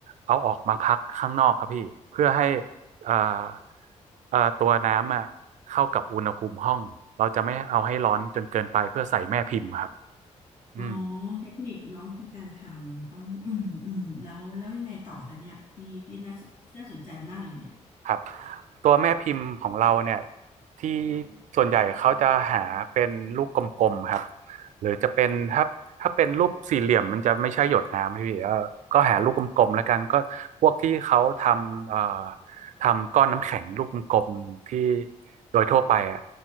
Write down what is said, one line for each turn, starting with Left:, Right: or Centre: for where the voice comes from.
Right: เอาออกมาพักข้างนอกครับพี่เพื่อให้เอ่อเอ่อตัวน้ำอะเข้ากับอุณหภูมิห้องเราจะไม่เอาให้ร้อนจนเกินไปเพื่อใส่แม่พิมพ์ครับ
Left: อ๋อ
Right: อืม
Left: เทคนิคเนาะในการทำต้องอืมอืมแล้วแล้วยังไงต่อคะเนี่ยพี่พี่น่าสนน่าสนใจมากเลยเนี่ย
Right: ครับตัวแม่พิมพ์ของเราเนี่ยที่ส่วนใหญ่เขาจะหาเป็นลูกกลมๆครับหรือจะเป็นถ้าถ้าเป็นรูปสี่เหลี่ยมมันจะไม่ใช่หยดน้ำพี่เออก็หาลูกกลมๆแล้วกันก็พวกที่เขาทำเอ่อทำก้อนน้ำแข็งลูกกลมๆที่โดยทั่วไปอะ